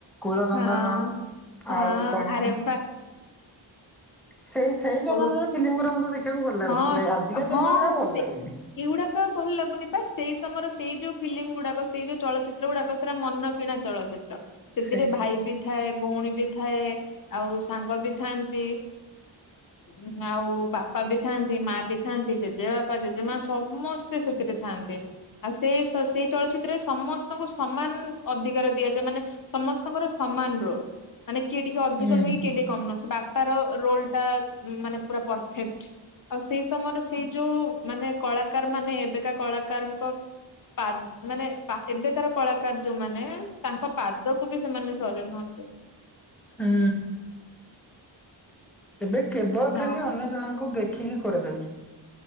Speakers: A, in the centre; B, on the left.
A: କୁଳ ନନ୍ଦନ
B: ହଁ ହଁ
A: ଆଉ କଣ
B: ଆରେ ବା
A: ସେଇ ସେଇ ଜମାନାର
B: ବହୁତ
A: ଫିଲିମଗୁରା ମତେ ଦେଖିବାକୁ ଭଲ ଲାଗୁଥିଲା
B: ହଁ
A: ଏ ଆଜିକା ଜମାନାରେ
B: ହଁ
A: ଆଉ ଭଲ
B: ସେ
A: ଲାଗୁନି।
B: ଏଇଗୁଡାକ ଆଉ ଭଲ ଲାଗୁନି ବାସ ସେଇ ସମୟରେ ସେଇ ଯୋଉ ଫିଲିମ୍ ଗୁଡାକ ସେଇ ଯୋଉ ଚଳଚିତ୍ର ଗୁଡାକ ସେରା ମନ କିଣା ଚଳଚିତ୍ର। ସେଥିରେ
A: ସେଇ
B: ଭାଇ ବି ଥାଏ ଭୋଉଣୀ ବି ଥାଏ ଆଉ ସାଙ୍ଗ ବି ଥାଆନ୍ତି। ଉଁ ଆଉ ବାପା ବି ଥାନ୍ତି ମାଆ ବି ଥାନ୍ତି ଜେଜେ ବାପା, ଜେଜେ ମାଆ ସମସ୍ତେ ସେଥିରେ ଥାଆନ୍ତି। ଆଉ ସେଇ ସ ସେଇ ଚଳଚିତ୍ରରେ ସମସ୍ତଙ୍କୁ ସମାନ ଅଧିକାର ଦିଆଯାଏ ମାନେ ସମସ୍ତଙ୍କର ସମାନ ରୋଲ୍ ମାନେ କିଏ ଟିକେ ଅଧିକ
A: ହୁଁ
B: ନୁହେଁ କି କିଏ ଟିକେ କମ ନୁହଁ ସେ ବାପାର ରୋଲ୍ ଟା ମାନେ ପୁରା ପରଫେକ୍ଟ୍। ଆଉ ସେଇ ସମୟର ସେଇ ଯୋଉ ମାନେ କଳାକାରମାନେ ଏବେକା କଳାକାରଙ୍କ ପାଦ୍ ମାନେ ପା ଏବେକାର କଳାକାର ଯୋଉମାନେ ତାଙ୍କ ପାଦକୁ ବି ସେମାନେ ସରି ନୁହନ୍ତ।
A: ହୁଁ। ଏବେ କେବଳ
B: ହଁ।
A: ଖାଲି ଅନ୍ୟ ଜଣଙ୍କୁ ଦେଖିକି କରାଯାଉଚି।